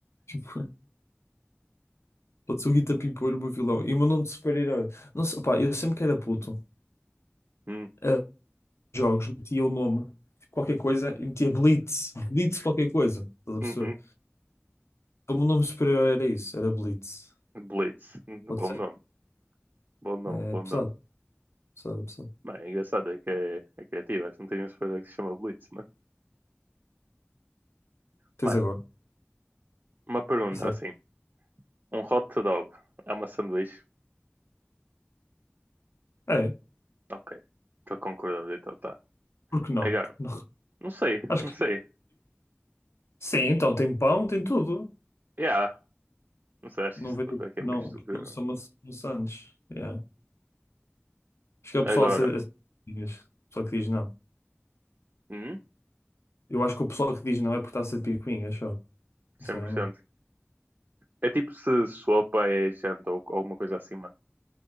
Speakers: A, on the left; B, on the right.
A: Tipo, <laughs> pode ser o Guita Pimpolho o meu vilão. E o meu nome de super-herói. Não sei, pá, eu sempre que era puto,
B: Hum,
A: a jogos, metia o nome, tipo, qualquer coisa, e metia Blitz. Blitz qualquer coisa. Estás a perceber?
B: uhum.
A: Então, O meu nome de super-herói era isso, era Blitz.
B: Blitz.
A: Pode
B: Bom
A: ser?
B: nome. Bom nome,
A: É
B: bom
A: pesado,
B: nome.
A: pesado, pesado.
B: Mano, é engraçado, é que é, é criativo. Acho que não tem nenhum super que se chama Blitz, mano.
A: Tens
B: Mano,
A: agora,
B: uma pergunta
A: pesado
B: assim. Um hot dog é uma sanduíche?
A: É,
B: Ok. Estou concordando, então tá.
A: por que não?
B: Agora,
A: Por que não?
B: não sei,
A: <laughs> Acho
B: não
A: que.
B: sei.
A: Sim, então tem pão, tem tudo.
B: Yeah, não sei, acho
A: Não
B: que esta
A: vejo
B: pergunta aqui
A: que
B: é meio
A: não,
B: estúpida.
A: porque não
B: meu.
A: são maç- maçantes. Yeah. Acho que é o pessoal
B: Agora,
A: a ser, a ser picuinhas. O pessoal que diz não.
B: hum,
A: Eu acho que o pessoal que diz não é porque está a ser picuinha, acho.
B: cem
A: Sinceramente.
B: por cento É tipo se sopa é janta ou alguma coisa assim, mano.